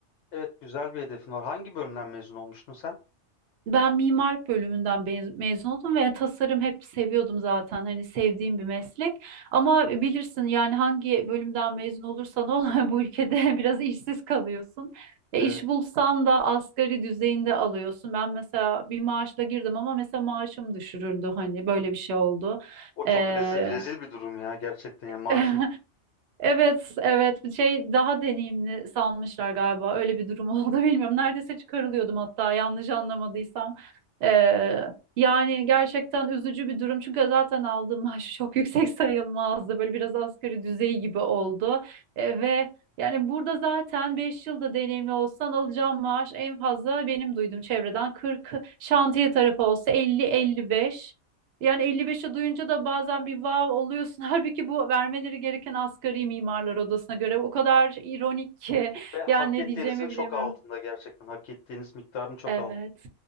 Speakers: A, on the left (about 70°); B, on the right (about 65°).
A: Evet, güzel bir hedefin var. Hangi bölümden mezun olmuştun sen?
B: Ben mimarlık bölümünden mez- mezun oldum ve tasarım hep seviyordum zaten. Hani sevdiğim bir meslek. Ama bilirsin yani hangi bölümden mezun olursan ol <laughs> bu ülkede biraz işsiz kalıyorsun. E
A: Evet,
B: iş bulsan da asgari düzeyinde alıyorsun. Ben mesela bir maaşla girdim ama mesela maaşım düşürüldü hani böyle bir şey oldu.
A: o çok
B: Ee,
A: rezi- rezil bir durum ya gerçekten yani maaşın
B: <laughs> Evet, evet. Bir Şey daha deneyimli sanmışlar galiba. Öyle bir durum <laughs> oldu bilmiyorum. Neredeyse çıkarılıyordum hatta yanlış anlamadıysam. Ee, yani gerçekten üzücü bir durum. Çünkü zaten aldığım maaşı çok <laughs> yüksek sayılmazdı. Böyle biraz asgari düzey gibi oldu. Ee, ve yani burada zaten 5 yılda deneyimli olsan alacağım maaş en fazla benim duyduğum çevreden 40 şantiye tarafı olsa 50-55. Yani elli beşe duyunca da bazen bir vav oluyorsun. <laughs> Halbuki bu vermeleri gereken asgari mimarlar odasına göre o kadar ironik ki. <laughs>
A: Ve hak
B: Yani ne
A: ettiğinizin
B: diyeceğimi
A: çok
B: bilemiyorum.
A: altında gerçekten. Hak ettiğiniz miktarın çok
B: Evet.
A: altında